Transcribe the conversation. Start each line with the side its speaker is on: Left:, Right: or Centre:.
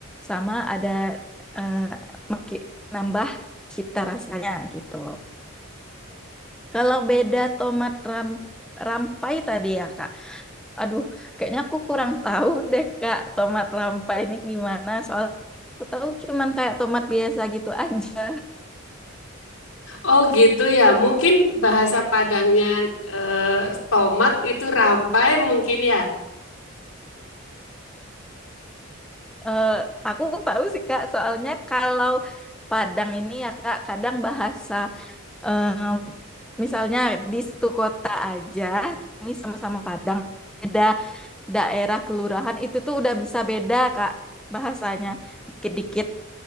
Centre: sama ada eh, maki- nambah cita rasanya gitu. Kalau beda tomat ram- rampai tadi ya, Kak. Aduh, kayaknya aku kurang tahu deh Kak, tomat rampai ini gimana. soal aku tahu cuman kayak tomat biasa gitu aja.
Left: Oh gitu ya, mungkin bahasa Padangnya eh, tomat itu rampai mungkin ya.
Centre: Eh, aku nggak tahu sih Kak, soalnya kalau Padang ini ya Kak, kadang bahasa em, misalnya di satu kota aja, ini sama-sama Padang, beda daerah kelurahan itu tuh udah bisa beda Kak bahasanya dikit-dikit.